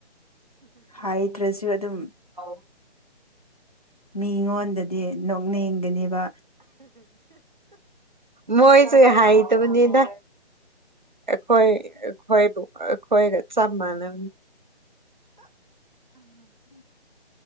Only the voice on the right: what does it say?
ꯑꯧ
ꯃꯣꯏꯁꯨ ꯍꯥꯏ ꯇꯕꯅꯤꯗ ꯑꯩꯈꯣꯏ ꯑꯈꯣꯏꯇꯣ ꯑꯈꯣꯏꯒ ꯆꯞ ꯃꯥꯅꯝꯅꯤ